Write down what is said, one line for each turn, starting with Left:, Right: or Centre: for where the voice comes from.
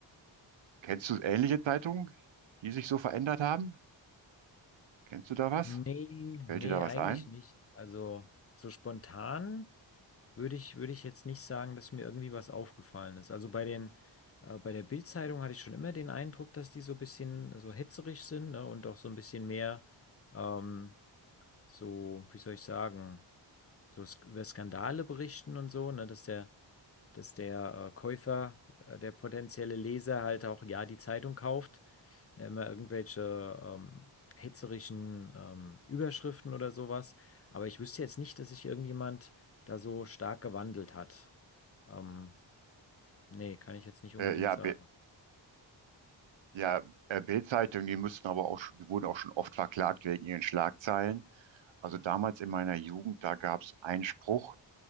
Right: kennst du ähnliche Zeitungen, die sich so verändert haben? Kennst du da was?
Left: Nee,
Right: Fällt
Left: nee,
Right: dir da was
Left: eigentlich
Right: ein?
Left: nicht. Also so spontan würde ich, würde ich jetzt nicht sagen, dass mir irgendwie was aufgefallen ist. Also bei den, äh, bei der Bild-Zeitung hatte ich schon immer den Eindruck, dass die so ein bisschen so hetzerig sind, ne? Und auch so ein bisschen mehr ähm, so, wie soll ich sagen, so Sk über Skandale berichten und so, ne? Dass der, dass der äh, Käufer, äh, der potenzielle Leser halt auch ja die Zeitung kauft, ja, immer irgendwelche ähm, hetzerischen ähm, Überschriften oder sowas. Aber ich wüsste jetzt nicht, dass sich irgendjemand da so stark gewandelt hat. Ähm, nee, kann ich jetzt nicht unbedingt
Right: Äh, ja,
Left: sagen.
Right: B, ja, äh, Bild-Zeitung, die müssten aber auch, sch- die wurden auch schon oft verklagt wegen ihren Schlagzeilen. Also damals in meiner Jugend, da gab's einen Spruch,